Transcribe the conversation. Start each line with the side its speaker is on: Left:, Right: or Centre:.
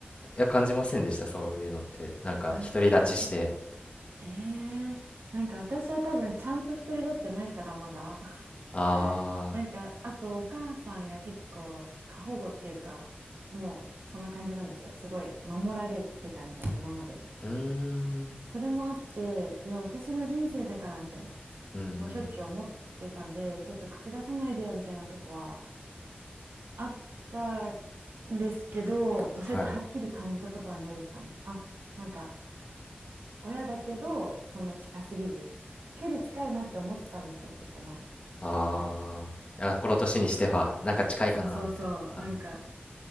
Left: いや、感じませんでした、そういうのって。なんか、
Right: なんか、
Left: 独り立ちして、
Right: あた、ええなんか私は多分ちゃんと一人だってないからまだ。<laughs>
Left: あ
Right: なんか、あとお母さんが結構過保護っていうか、もうそんな感じなんですよ。すごい守られてたみたいな、今まで。
Left: あー、うーん、
Right: それもあって、いや、私の人生だからみたいな、
Left: うん、うん、うん
Right: しょっちゅう思ってたんで、ちょっと口出さないでよみたいなとこはあったんですけど、それってはっきり感じたことはないですかね。
Left: はい。
Right: あ、なんか、親だけど、そんな近すぎずみたいな、距離近いなって思ってたんですよ、ちょっと前。
Left: あー、
Right: 結構。
Left: あ、この年にしては、なんか近いかな、
Right: そうそうそう、
Left: みたいな。あ
Right: なんか、